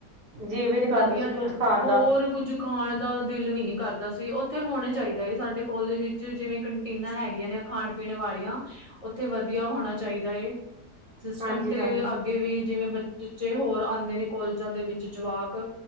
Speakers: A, on the right (about 70°); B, on the left (about 35°).
A: ਜੀਅ ਵੀ ਨੀ ਕਰਦਾ
B: ਵਧੀਆ
A: ਜੀ
B: ਨੀ
A: ਕੁੱਝ
B: ਹੈਗਾ
A: ਖਾਣ
B: ਹੋਰ
A: ਦਾ,
B: ਕੁਝ ਖਾਣ ਦਾ ਦਿਲ ਵੀ ਨੀ ਕਰਦਾ ਸੀ। ਓਥੇ ਹੋਣਾ ਚਾਹੀਦਾ ਏ ਸਾਡੇ ਕੋਲਜ ਵਿੱ ਜਿਵੇਂ ਕੰਟੀਨਾ ਹੈਗੀਆਂ ਨੇ ਖਾਣ-ਪੀਣ ਵਾਲੀਆਂ ਓਥੇ ਵਧੀਆ ਹੋਣਾ ਚਾਹੀਦਾ ਏ। ਸਿਸਟਮ
A: ਹਾਂਜੀ-ਹਾਂਜੀ।
B: ਤੇ ਅੱਗੇ ਵੀ ਜਿਵੇਂ ਬੱਚੇ ਹੋਰ ਆਂਦੇ ਨੇ ਕੋਲਜਾਂ ਦੇ ਵਿੱਚ ਜਵਾਕ